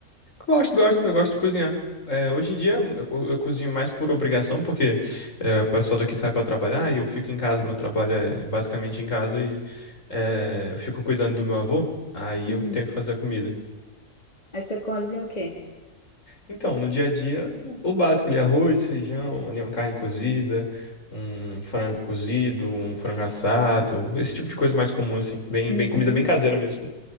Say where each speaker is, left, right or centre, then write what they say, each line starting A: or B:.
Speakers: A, on the left (about 55°); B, on the left (about 25°).
A: Gosto, gosto, eu gosto de cozinhar. É, hoje em dia, eu, co- eu cozinho mais por obrigação, porque é, o pessoal daqui sai pra trabalhar e eu fico em casa. Meu trabalho é basicamente em casa e é, eu fico cuidando do meu avô. Aí
B: Hum.
A: eu tenho que fazer a comida.
B: Aí você cozinha o quê?
A: Então, no dia a dia, o o básico ali, arroz, feijão, ali uma carne cozida, um frango cozido, um frango assado, esse tipo de coisa mais comum, assim, bem,
B: Uhum.
A: bem comida bem caseira mesmo.